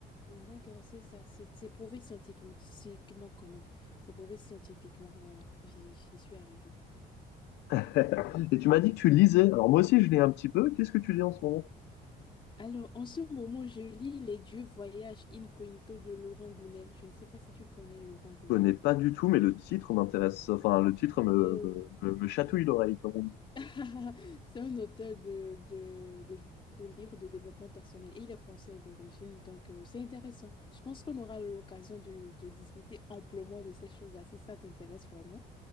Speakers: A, on the left (about 30°); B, on the left (about 80°).
A: D'accord, c'est ça. C'est c'est prouvé scientifiquement quand même. C'est prouvé scientifiquement, voilà. J'y j'y suis arrivée.
B: <laughs> Et tu m'as dit que tu lisais. Alors moi aussi, je lis un petit peu. Qu'est-ce que tu lis en ce moment?
A: Alors, en ce moment, je lis Les Dieux voyagent incognito de Laurent Gounel. Je ne sais pas si tu connais Laurent Gounel.
B: Je connais pas du tout, mais le titre m'intéresse. Enfin, le titre me,
A: Oh
B: me,
A: oui.
B: me- me chatouille l'oreille, comme on dit.
A: <laughs> C'est un auteur de, de, de, de livres de développement personnel et il est français d'origine, donc euh, c'est intéressant. Je pense qu'on aura l'occasion de, de discuter amplement de ces choses-là si ça t'intéresse vraiment.